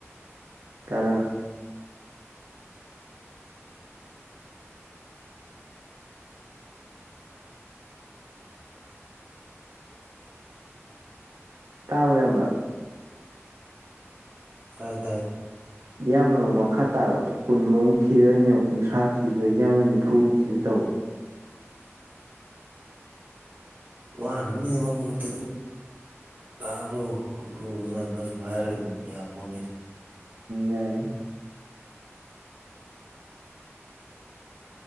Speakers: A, on the right; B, on the right.
A: ꯇꯔꯥ ꯇꯥꯕꯔ‌ꯣ ꯏꯌꯥꯝꯕ
B: ꯇꯥꯏ ꯇꯥꯏ
A: ꯏꯌꯥꯝꯕꯅ ꯑꯃꯨꯛ ꯃꯈꯥ ꯇꯥꯔ‌ꯣ ꯀꯨꯟꯃꯨꯛ ꯃꯨꯛ ꯊꯤꯗ‌ꯣꯏꯅꯤ ꯌ‌ꯦꯡꯉ‌ꯣ ꯀꯨꯟꯊ꯭ꯔꯥ ꯊꯤꯗ‌ꯣꯏꯁ‌ꯦ ꯏꯌꯥꯝꯕꯅ ꯅꯤꯐꯨ ꯊꯤꯕ ꯇꯧꯏ
B: <unintelligible> ꯋꯥꯅꯕꯅꯤ ꯏꯕꯨꯡꯉ‌ꯣ ꯃꯛꯇ ꯑꯗꯨꯝ ꯇꯥꯕ꯭ꯔꯣ ꯈꯣꯠꯄ꯭ꯔꯣ ꯑꯗꯨꯅ ꯑꯗꯨꯃꯥꯏ ꯁꯨꯝ ꯍꯥꯏꯔꯒ ꯑꯗꯨꯝ ꯌꯥ ꯄꯣꯅꯤ
A: ꯌꯥꯏ